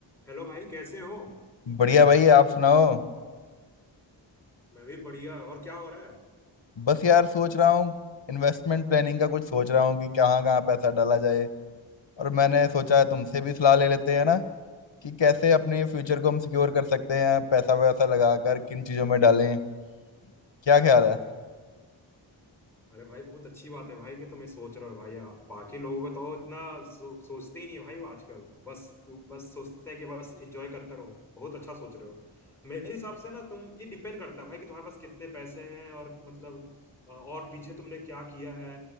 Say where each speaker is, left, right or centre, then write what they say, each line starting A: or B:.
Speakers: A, in the centre; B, on the left.
A: Hello भाई कैसे हो
B: बढ़िया भाई आप सुनाओ
A: मैं भी बढ़िया और क्या हो रहा है
B: बस यार सोच रहा हूँ इन्वेस्टमेंट प्लानिंग का कुछ सोच रहा हूँ कि कहाँ कहाँ पैसा डाला जाए और मैंने सोचा है तुमसे भी सलाह ले लेते हैं ना कि कैसे अपने फ्यूचर को हम सिक्योर कर सकते हैं पैसा वैसा लगा कर किन चीज़ों में डालें क्या ख्याल है
A: अरे भाई बहुत अच्छी बात है भाई कि तुम्हें सोच रहे हो भाई आप बाकी लोगों को तो इतना सो, सोचते ही नहीं है भाई वो आजकल बस बस सोचते हैं कि बस एंजॉय करते रहो बहुत अच्छा सोच रहे हो मेरे हिसाब से ना तुम ये डिपेंड करता है भाई कि तुम्हारे पास कितने पैसे हैं और मतलब अ, और पीछे तुमने क्या किया है